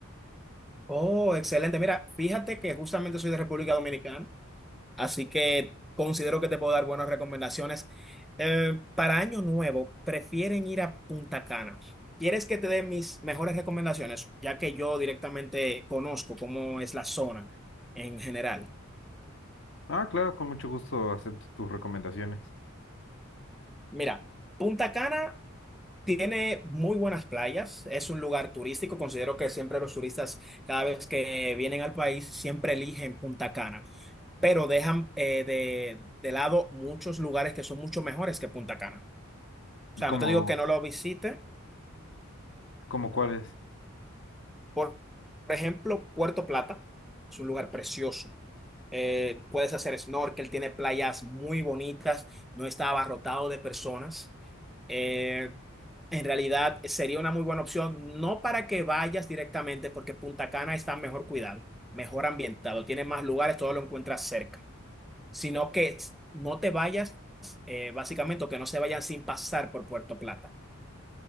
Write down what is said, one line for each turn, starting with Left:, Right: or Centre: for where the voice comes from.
Centre: Oh, excelente. Mira, fíjate que justamente soy de República Dominicana, así que considero que te puedo dar buenas recomendaciones. Eh, para Año Nuevo, prefieren ir a Punta Cana. ¿Quieres que te dé mis mejores recomendaciones, ya que yo directamente conozco cómo es la zona en general?
Left: Ah, claro, con mucho gusto acepto tus recomendaciones.
Centre: Mira, Punta Cana tiene muy buenas playas, es un lugar turístico, considero que siempre los turistas cada vez que vienen al país siempre eligen Punta Cana, pero dejan eh, de, de lado muchos lugares que son mucho mejores que Punta Cana. O sea,
Left: ¿Cómo,
Centre: no te digo que no lo visite,
Left: cómo cuáles?
Centre: por, por ejemplo, Puerto Plata es un lugar precioso. Eh, puedes hacer snorkel, tiene playas muy bonitas, no está abarrotado de personas. Eh, En realidad sería una muy buena opción, no para que vayas directamente, porque Punta Cana está mejor cuidado, mejor ambientado, tiene más lugares, todo lo encuentras cerca, sino que s- no te vayas, eh, básicamente, o que no se vayan sin pasar por Puerto Plata.